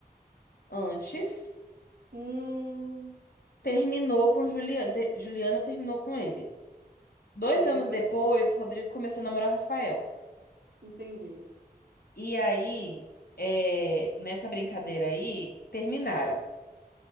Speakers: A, on the left; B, on the right.
A: antes,
B: Hum.
A: terminou com Juliana. Juliana terminou com ele. Dois
B: Aí ele
A: anos
B: foi
A: depois,
B: namo...
A: Rodrigo começou a namorar Rafael.
B: Entendi.
A: E aí, é, nessa brincadeira aí, terminaram.